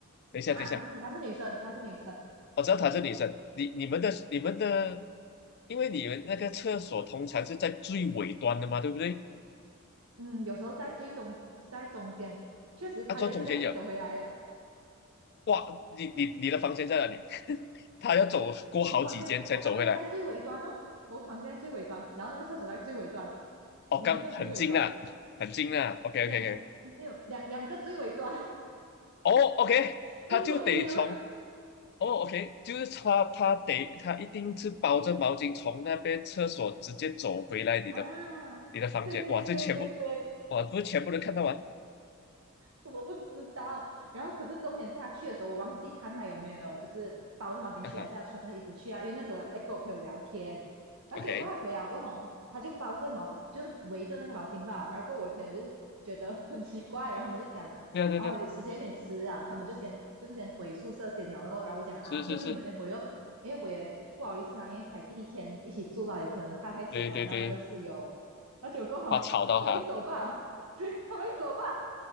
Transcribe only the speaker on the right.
啊。
她是她是女生，她是女生。
嗯，有时候是在最中在中间，确实她也是这样子走回来的。
我房间我房间在最尾端哦，我房间在最尾端，然后那个厕所在最尾端，
两个最尾端，
两没有两两个最尾端，
<laughs> 一左一右
啊。
对对对对对，
我不知道。然后可是重点是他去的时候，我忘记看他有没有就是包着毛巾去，
还是他穿着衣服去啊？因为那时候我在跟我朋友聊天，然后结果快回来过后哦，
他就包着毛，就是围着那个毛巾吧。然后跟我的朋友就觉得很奇怪，然后他们就讲啊，
哦，时间有点迟啊，他们就先就是先回宿舍先聊咯。然后我讲啊，OK
OK，你们先回哦，因为我也不好意思啊，因为才第一天一起住吧，有可能怕太迟了，
然后那个室友，然后结果过后哦他们一走吧，
<laughs> 对，他们一走吧。